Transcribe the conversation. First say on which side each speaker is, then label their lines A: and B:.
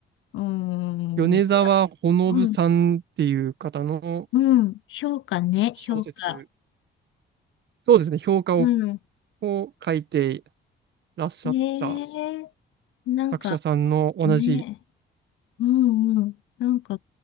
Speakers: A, on the left (about 75°); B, on the right (about 60°).
A: うーん、
B: 米沢ほのぶさんっていう方の
A: らうん、うん、評価ね、
B: 小説
A: 評価。
B: そうですね、評価を
A: うん。
B: こう書いてらっしゃった
A: ねえ、なんか
B: 作者さんの同じ
A: ね、うんうん、なんか、